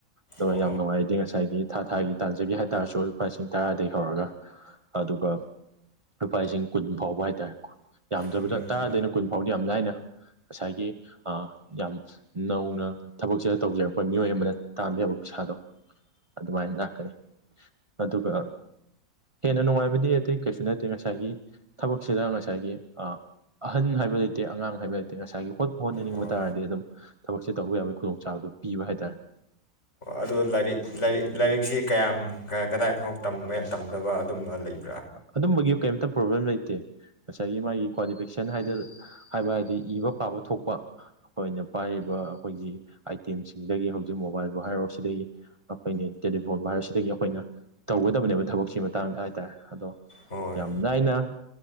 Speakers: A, on the right (about 20°); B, on the left (about 45°).
A: ꯑꯗꯨꯒ
B: ꯑꯣ
A: ꯌꯥꯝ ꯅꯨꯡꯉꯥꯏꯗꯤ ꯉꯁꯥꯏꯒꯤ ꯊꯥ ꯊꯥꯒꯤ ꯇꯥꯟꯖꯒꯦ ꯍꯥꯏ ꯇꯥꯔꯁꯨ ꯂꯨꯄꯥ ꯂꯤꯁꯤꯡ ꯇꯔꯥꯗꯩ ꯍꯧꯔꯒ ꯑꯗꯨꯒ ꯂꯨꯄꯥ ꯂꯤꯁꯤꯡ ꯀꯨꯟ ꯐꯥꯎꯕ ꯍꯥꯏꯇꯥꯔꯦ ꯌꯥꯝꯗ꯭ꯔꯕꯗ
B: ꯎꯝ ꯎꯝ
A: ꯇꯔꯥꯗꯩꯅ ꯀꯨꯟ ꯐꯥꯎꯗꯤ ꯌꯥꯝ ꯂꯥꯏꯅ ꯉꯁꯥꯏꯒꯤ ꯑ ꯌꯥꯝ ꯅꯧꯅ ꯊꯕꯛꯁꯦ ꯇꯧꯖꯔꯛꯄ ꯃꯤꯑꯣꯏ ꯑꯃꯅ ꯇꯥꯟꯕ ꯌꯥꯕ ꯄꯩꯁꯥꯗꯣ ꯑꯗꯨꯃꯥꯏꯅ ꯂꯥꯛꯀꯅꯤ ꯑꯗꯨꯒ ꯍꯦꯟꯅ ꯅꯨꯡꯉꯥꯏꯕꯗꯤ ꯑꯇꯩ ꯀꯩꯁꯨ ꯅꯠꯇꯦ ꯉꯁꯥꯏ ꯉꯁꯥꯏꯒꯤ ꯊꯕꯛꯁꯤꯗ ꯉꯁꯥꯏꯒꯤ ꯑꯍꯟ ꯍꯥꯏꯕ ꯂꯩꯇꯦ ꯑꯉꯥꯡ ꯍꯥꯏꯕ ꯂꯩꯇꯦ ꯉꯁꯥꯏꯒꯤ ꯍꯣꯠꯄꯨ ꯍꯣꯠꯅꯅꯤꯡꯕ
B: ꯑꯣ
A: ꯇꯥꯔꯗꯤ ꯑꯗꯨꯝ ꯊꯕꯛꯁꯦ ꯇꯧꯕ ꯌꯥꯕꯒꯤ ꯈꯨꯗꯣꯡꯆꯥꯕꯗꯨ ꯄꯤꯕ ꯍꯥꯏ ꯇꯔꯦ
B: ꯑꯗꯨ ꯂꯥꯏꯔꯤꯛ ꯂꯥꯏꯔꯤꯛ ꯂꯥꯏꯔꯤꯛꯁꯤ ꯀꯌꯥꯝ ꯀꯗꯥꯏ ꯐꯥꯎ ꯃꯦ ꯇꯝꯗꯕ ꯑꯗꯨꯝꯕ ꯂꯩꯕ
A: ꯑꯗꯨꯝꯕꯒꯤ ꯀꯩꯝꯇ ꯄ꯭ꯔꯣꯕ꯭ꯂꯦꯝ ꯂꯩꯇꯦ ꯉꯁꯥꯏꯒꯤ ꯃꯥꯒꯤ ꯀ꯭ꯋꯥꯂꯤꯐꯤꯀꯦꯁꯟ ꯍꯥꯏꯗꯅ ꯍꯥꯏꯕ ꯍꯥꯏꯔꯗꯤ ꯏꯕ ꯄꯥꯕ ꯊꯣꯛꯄ ꯑꯩꯈꯣꯏꯅ ꯄꯥꯏꯔꯤꯕ ꯑꯩꯈꯣꯏꯒꯤ ꯑꯥꯏꯇꯦꯝꯁꯤꯡꯗꯒꯤ ꯍꯧꯖꯤꯛ ꯃꯣꯕꯥꯏꯜꯕꯨ ꯍꯥꯏꯔꯣ ꯁꯤꯗꯒꯤ ꯑꯩꯈꯣꯏꯅ ꯇꯦꯂꯤꯐꯣꯟꯕꯨ ꯍꯥꯏꯔꯣ ꯁꯤꯗꯒꯤ ꯑꯩꯈꯣꯏꯅ ꯇꯧꯒꯗꯕꯅꯦꯕ ꯊꯕꯛꯁꯤꯒꯤ ꯃꯇꯥꯡꯗ ꯍꯥꯏꯇꯥꯔꯦ ꯑꯗꯣ
B: ꯍꯣꯏ
A: ꯌꯥꯝ ꯂꯅꯥꯥꯏꯅ